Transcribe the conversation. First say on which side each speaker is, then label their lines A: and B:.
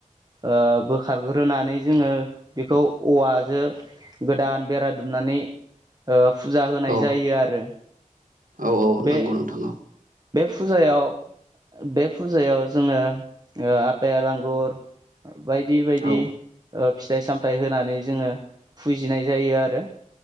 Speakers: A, on the right; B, on the right.
A: ओ बोखारग्रोनानै जोंङो बेखौ औवाजों गोदान बेरा दुमनानै फुजा होनाय
B: औ
A: जायो आरो।
B: औ औ
A: बे
B: नांगौ नोंथां औ
A: बे फुजायाव बे फुजायाव जोंङो ओ आपेल आांगुर बायदि बायदि
B: औ
A: ओ फिथाइ सामथायाइ होनानै जोंङो फुजिनाय जायो आरो